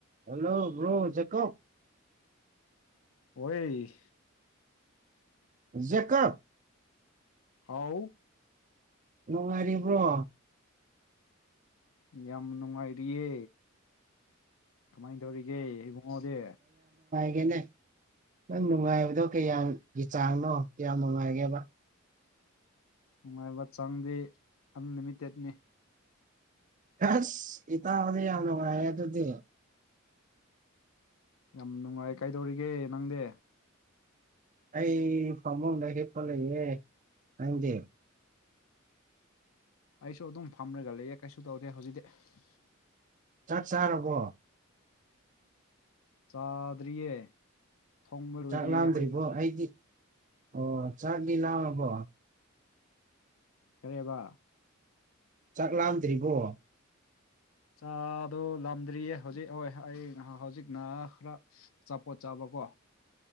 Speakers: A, on the right (about 40°); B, on the left (about 85°).
A: Hello bro Jacob
B: ꯍꯣꯏ
A: Jacob
B: ꯍꯥꯎ
A: ꯅꯨꯡꯉꯥꯏꯔꯤꯕ꯭ꯔꯣ
B: ꯌꯥꯝ ꯅꯨꯡꯉꯥꯏꯔꯤꯌꯦ ꯀꯃꯥꯏ ꯇꯧꯔꯤꯒꯦ ꯏꯕꯨꯡꯉꯣꯗꯤ
A: ꯅꯤꯅꯦ ꯅꯪ ꯅꯨꯡꯉꯥꯏꯕꯗꯣ ꯀꯌꯥꯒꯤ ꯆꯥꯡꯅꯣ ꯀꯌꯥꯝ ꯅꯨꯡꯉꯥꯏꯒꯦꯕ
B: ꯅꯨꯡꯉꯥꯏꯕ ꯆꯥꯡꯗꯤ ꯑꯟꯂꯤꯃꯤꯇꯦꯠꯅꯦ
A: ꯍꯁ ꯏꯇꯥꯎꯗꯤ ꯌꯥꯝ ꯅꯨꯡꯉꯥꯏꯔꯦ ꯑꯗꯨꯗꯤ
B: ꯌꯥꯝ ꯅꯨꯡꯉꯥꯏ ꯀꯩꯗꯧꯔꯤꯒꯦ ꯅꯪꯗꯤ
A: ꯑꯩ ꯐꯝꯃꯨꯡꯗ ꯍꯤꯞꯄ ꯂꯩꯌꯦ ꯅꯪꯗꯤ
B: ꯑꯩꯁꯨ ꯑꯗꯨꯝ ꯐꯝꯔꯒ ꯂꯩꯌꯦ ꯀꯩꯁꯨ ꯇꯧꯗꯦ ꯍꯧꯖꯤꯛꯇꯗꯤ
A: ꯆꯥꯛ ꯆꯥꯔꯕꯣ
B: ꯆꯥꯗ꯭ꯔꯤꯌꯦ ꯊꯣꯡꯕ ꯂꯣꯏꯗ꯭ꯔꯤꯌꯦ
A: ꯆꯥꯛ ꯂꯥꯝꯗ꯭ꯔꯤꯕꯣ
B: ꯑꯩꯈꯣꯏꯗ
A: ꯑꯩꯗꯤ ꯑꯣ ꯆꯥꯛꯕꯤ ꯂꯥꯛꯑꯕꯣ
B: ꯇꯔꯦꯕꯥ
A: ꯆꯥꯛꯂꯝꯥꯗ꯭ꯔꯤꯕꯣ
B: ꯆꯥꯗꯣ ꯂꯥꯗ꯭ꯔꯤꯌꯦ ꯍꯧꯖꯤꯛ ꯍꯣꯏ ꯑꯩ ꯍꯧꯖꯤꯛꯅ ꯈꯔ ꯑꯆꯥꯄꯣꯠ ꯆꯥꯕ ꯋꯥ